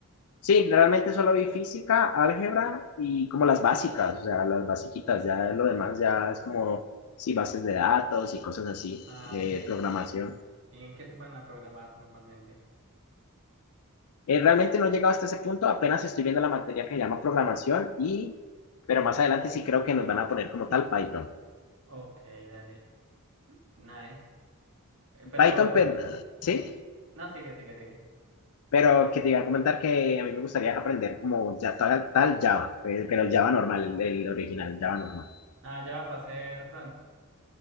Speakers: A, on the left (about 75°); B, on the right (about 60°).
A: Sí, realmente solo vi física, álgebra y como las básicas, o sea, las basiquitas, ya lo demás ya es como, sí, bases de datos y cosas así,
B: Ah,
A: de
B: ok. ¿Y
A: programación.
B: ¿En qué te ponen a programar normalmente?
A: Eh, realmente no he llegado hasta ese punto, apenas estoy viendo la materia que se llama programación y, pero
B: Ujú.
A: más adelante sí creo que nos van a poner como tal Python.
B: Ok, dale. Nice. Eh, Pero,
A: Python, pero, sí,
B: no, sigue, sigue, sigue.
A: pero que te iba a comentar que a mí me gustaría aprender como ya tal, tal Java, pe- pero el Java normal, el, el original, Java normal.
B: Ah, ya va a hacer front.